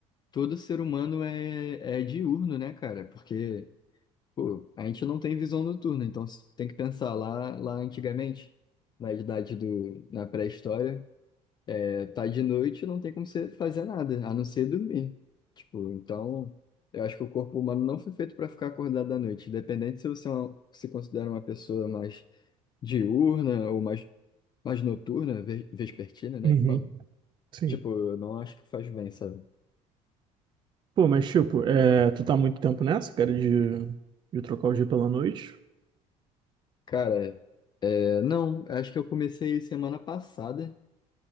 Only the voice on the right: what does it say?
Uhum,
sim.
Pô, mas tipo, é, tu tá há muito tempo nessa, cara, de, de trocar o dia pela noite?